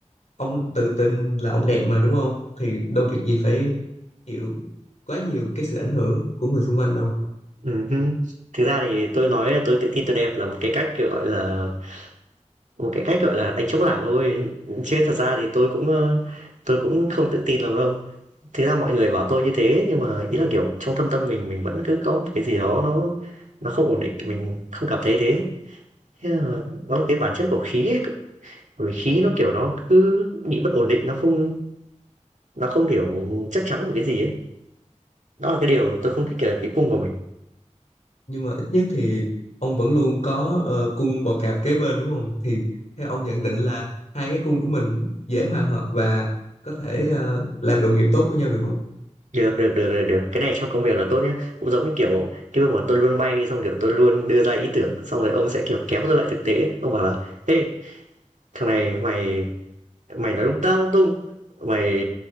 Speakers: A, on the left; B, on the right.
A: ông tự tin là ông đẹp mà đúng không thì đâu việc gì phải chịu quá nhiều cái sự ảnh hưởng của người xung quanh đâu
B: ừ. thực ra thì tôi nói là tôi tự tin tôi đẹp là một cái cách kiểu gọi là một cái cách gọi là đánh chống lảng thôi chứ thật ra thì tôi cũng ờ, tôi cũng không tự tin lắm đâu thế ra mọi người bảo tôi như thế nhưng mà ý là, kiểu, trong thâm tâm mình mình vẫn cứ có một cái gì đó nó nó không ổn định, mình không cảm thấy thế. Thế là nó là cái bản chất của khí ấy, bởi vì khí nó, kiểu, nó cứ bị bất ổn định, nó không nó không, kiểu, chắc chắn một cái gì ấy. Đó là cái điều tôi không thích ở cái cung của mình.
A: nhưng mà ít nhất thì ông vẫn luôn có ờ, cung bò cạp kế bên đúng không thì theo ông nhận định là hai cái cung của mình dễ hòa hợp và có thể ờ, làm đồng nghiệp tốt của nhau được không
B: Được, được, được, được, được, cái này trong công việc là tốt nhé Cũng giống như, kiểu, cái việc mà tôi luôn bay xong, kiểu, tôi luôn đưa ra ý tưởng, xong rồi ông sẽ, kiểu, kéo tôi lại thực tế, ông bảo là "Ê, thằng này mày mày nói lung ta lung tung mày